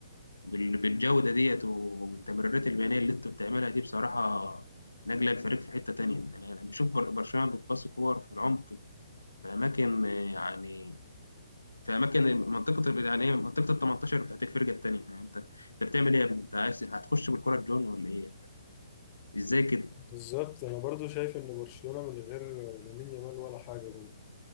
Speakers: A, on the left; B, on the left.
A: بال- بالجودة ديت والتمريرات البيانية اللي انتوا بتعملها دي بصراحة نقلة الفريق في حتة تانية أنا أنا بشوف بر- برشلونة بتباصي كور في العمق في أماكن آه، يعني في أماكن منطقة ال- يعني إيه منطقة ال 18 بتاعت الفرقة التانية يعني أنت أنت بتعمل إيه يا ابني؟ أنت عايز هتخش بالكرة الجون ولا إيه أنت؟ إزاي كده؟
B: بالظبط انا برضو شايف ان برشلونة من غير لامين يامال ولا حاجة برضو